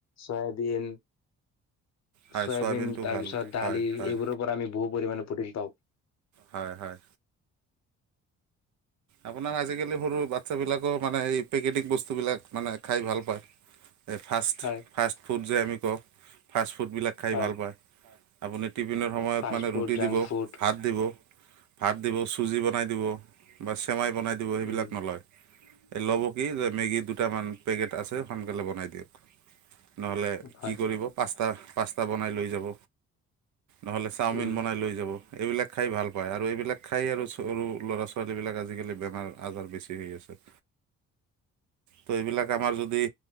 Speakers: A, on the left; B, on the right.
A: চয়াবিন
B: হয়
A: চয়াবিন
B: চয়াবিনটো
A: তাৰ
B: ভাল
A: পিছত দালি
B: হয়
A: এইবোৰৰ
B: হয়।
A: পৰা আমি বহু পৰিমাণে প্ৰ'টিন পাওঁ।
B: হয় হয়। আপোনাৰ আজিকালি সৰু বাচ্ছাবিলাকেও মানে এই পেকেটিং বস্তুবিলাক মানে খাই ভাল পায়। এই ফাষ্ট,
A: হয়
B: ফাষ্ট ফুড যে আমি কওঁ ফাষ্ট ফুডবিলাক খাই
A: হয়
B: ভাল পায়। আপুনি টিফিনৰ সময়ত
A: ফাষ্ট
B: মানে
A: ফুড
B: ৰুটি
A: জাংক
B: দিব,
A: ফুড
B: ভাত দিব, ভাত দিব, চুজি বনাই দিব। বা চেমাই বনাই দিব সেইবিলাক
A: উম
B: নলয়। এই ল'ব কি যে মেগী দুটামান পেকেট আছে, সোনকালে বনাই দিয়ক। নহ'লে
A: হয়
B: কি কৰিব পাস্তা পাস্তা বনাই লৈ যাব। নহ'লে চাওমিন
A: উম
B: বনাই লৈ যাব। এইবিলাক খাই ভাল পায় আৰু এইবিলাক খাই আৰু ছো সৰু ল'ৰা ছোৱা ছোৱালীবিলাক আজিকালি বেমাৰ আজাৰ বেছি হৈ আছে। ত' এইবিলাক আমাৰ যদি